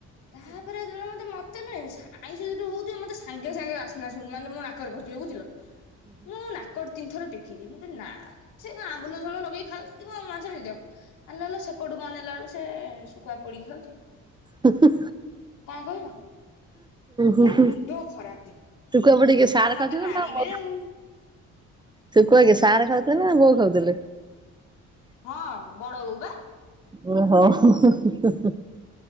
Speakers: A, on the left; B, on the right.
A: ତାପରେ ଯେ ବେଳେ ମତେ ମୋତେ ନୁହେଁ ସ ଆ ଆ ଆଇଁଷ ଯଦି ହଉଥିବ ମତେ ସାଙ୍ଗେ ସାଙ୍ଗେ ବାସ୍ନା ସୁ ମାନେ ମୋ ନା କରେ ପସଯିବ ବୁଝିଲ ମୁଁ ନା ନାକ ତିନିଥର ଟେକିବି ମୁଁ କହିଲି ନା ସେ ତ ଆମ୍ୱୁଲ ଝୋଳ ଲଗେଇ ଖାଉଛି ବ ମାଛ ନେଇଥିବ। ଆଲୋ ଆଲୋ ସେପଟୁକୁ ଅନେଇଲା ବେଳକୁ ସେ ଶୁଖୁଆ ପୋଡିକି ଖାଉଛି।
B: ହୁଁ
A: କଣ କହିବ? ମୋ
B: ହୁଁ ହୁଁ
A: ମୁଣ୍ଡ ଖରାପେ
B: ଶୁକୁଆ ପୋଡ଼ିକି
A: ଶଳା
B: ସାର
A: ମତେ
B: ଖାଉୁଛନ୍ତି
A: ମାରିବେ
B: ନା ମ
A: ଆଉ।
B: ଶୁଖୁଆ କିଏ ସାର ଖାଉଥିଲେ ନା ବୋଉ ଖାଉଥିଲେ?
A: ହଁ ବଡ ବୋଉ ପା।
B: ଓ ହୋ। ଓହ ସାର ବା